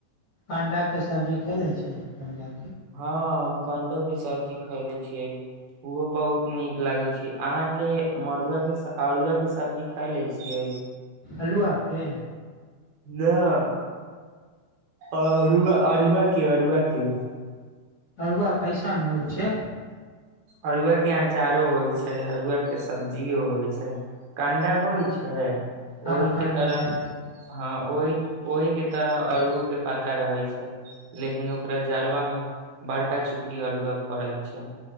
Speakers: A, on the left (about 40°); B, on the right (about 75°).
A: अंडा के सब्जी खेले छै, कंडा
B: ह हम कण्डोके सब्जी खयले छियै। ओहो बहुत नीक लागे छै। अहाके मड़ुआ के, अड़ुआ के सब्जी खायले छियै।
A: अल्हुआके
B: नहि अरुआ अरुआ के, अरुआ के
A: अरुआ कैसन होइ छै।
B: अरुआ के अचारो होइ छै, अरुआ के सब्जियो होइ छै, कंडा होइ छै
A: हँ
B: ओहि
A: कंडा
B: के तरह,
A: होल छै
B: ह ओहि ओहि के तरह अड़ुओ के पाता रहे छै, लेकिन ओकरा जड़वा में बड़का चूकी अरुआ फरै छै।